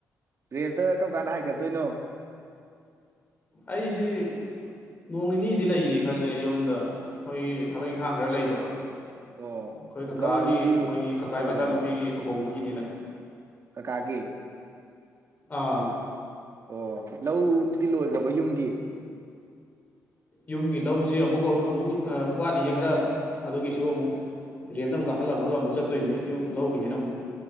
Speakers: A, on the right; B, on the left.
A: ꯔꯦꯟꯠꯇ ꯀꯔꯝ ꯀꯥꯟꯗ ꯍꯥꯏꯒꯠꯇꯣꯏꯅꯣ
B: ꯑꯩꯁꯤ ꯅꯣꯡ ꯅꯤꯅꯤꯗꯤ ꯂꯩꯒꯤꯒꯦ ꯈꯜꯂꯦ ꯌꯨꯝꯗ ꯑꯩꯈꯣꯏꯒꯤ ꯊꯕꯛ ꯏꯪꯈꯥꯡ ꯈꯔ ꯂꯩꯕ ꯑꯩꯈꯣꯏ
A: ꯑꯣ
B: ꯀꯀꯥꯒꯤ
A: ꯂꯧꯗꯤ
B: ꯃꯣꯏꯒꯤ ꯀꯀꯥꯒꯤ
A: ꯂꯣꯏꯒ꯭ꯔꯕꯣ
B: ꯃꯆꯥꯅꯨꯄꯤꯒꯤ ꯂꯨꯍꯣꯡꯕꯒꯤ ꯒꯤꯅꯤꯅ
A: ꯀꯀꯥꯒꯤ
B: ꯑꯥ
A: ꯑꯣ ꯂꯧꯗꯤ ꯂꯣꯏꯒ꯭ꯔꯕ ꯌꯨꯝꯒꯤ
B: ꯌꯨꯝꯒꯤ ꯂꯧꯁꯤ ꯑꯃꯨꯛ ꯑꯃꯨꯛ ꯋꯥꯠꯂꯤꯌꯦ ꯈꯔ ꯑꯗꯨꯒꯤꯁꯨ ꯑꯃꯨꯛ ꯔꯦꯟꯠꯗ ꯑꯃꯨꯛ ꯀꯥꯈꯠꯂꯝꯃꯒ ꯑꯃꯨꯛ ꯆꯠꯇꯣꯏꯅꯤ ꯌꯨꯝ ꯂꯧꯒꯤꯅꯤꯅ ꯑꯃꯨꯛ